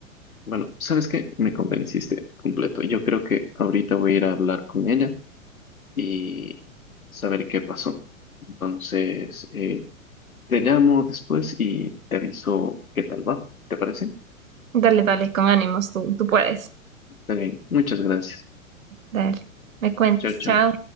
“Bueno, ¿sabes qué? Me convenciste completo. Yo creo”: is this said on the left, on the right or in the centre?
Left